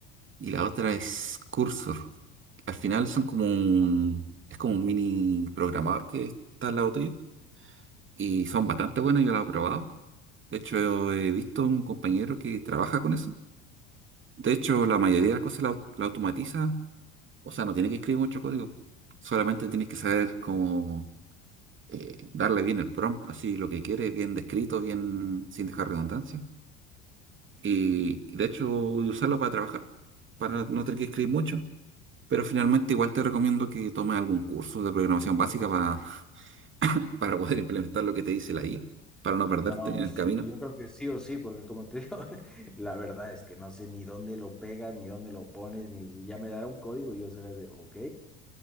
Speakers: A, on the right; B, in the centre.
A: Y la otra es Cursor. Al final son como un, es como un mini programador que está al lado tuyo. Y son bastante buenas yo las he probado. De hecho, he visto un compañero que trabaja con eso. De hecho, la mayoría de las cosas la, au- la automatiza. O sea, no tiene que escribir mucho código. Solamente tienes que saber cómo eh, darle bien el prompt, así lo que quieres, bien descrito, bien sin dejar redundancia. Y, y de hecho, y usarlo para trabajar, para no tener que escribir mucho. Pero finalmente igual te recomiendo que tomes algún curso de programación básica pa- <laughs> para poder implementar lo que te dice la IA, para no perderte
B: No,
A: en el
B: sí,
A: camino.
B: yo creo que sí o sí, porque como te digo, <laughs> la verdad es que no sé ni dónde lo pegas, ni dónde lo pones, ni y ya me dará un código y yo seré de, ok.